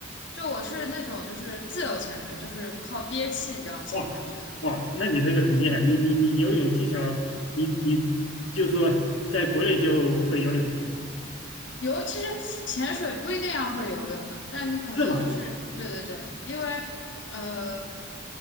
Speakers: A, on the left; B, on the left.
A: 就我是那种就是自由潜水，就是靠憋气这样潜下去的，
B: 哇哇，那你这个很厉害，你你你游泳技巧，你你就说在国内就会游泳
A: 游其实潜水不一定要会游泳的，但你可能就是对对对，
B: 是吗？
A: 因为呃，